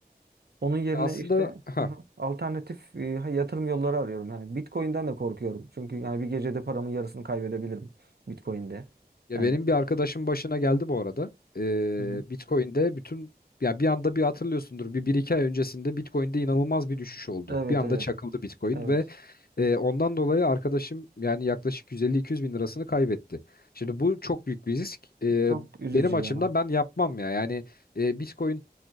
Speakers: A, on the right; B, on the left.
A: Onun yerine
B: Aslında
A: işte
B: ha
A: hı hı, alternatif e, yatırım yolları arıyorum. Yani Bitcoin'den de korkuyorum. Çünkü yani bir gecede paramın yarısını kaybedebilirim Bitcoin'de.
B: ya
A: Yani
B: benim bir arkadaşım başına geldi bu arada. E,
A: Hı hı.
B: Bitcoin'de bütün ya bir anda bir hatırlıyorsundur bir, bir iki ay öncesinde Bitcoin'de inanılmaz bir düşüş oldu.
A: evet
B: Bir anda
A: evet
B: çakıldı Bitcoin
A: evet.
B: ve Ee, ondan dolayı arkadaşım yani yaklaşık 150-200 bin lirasını kaybetti. Şimdi bu çok büyük bir risk. Ee,
A: Çok üzücü
B: benim açımdan
A: ya.
B: ben yapmam ya. Yani e, Bitcoin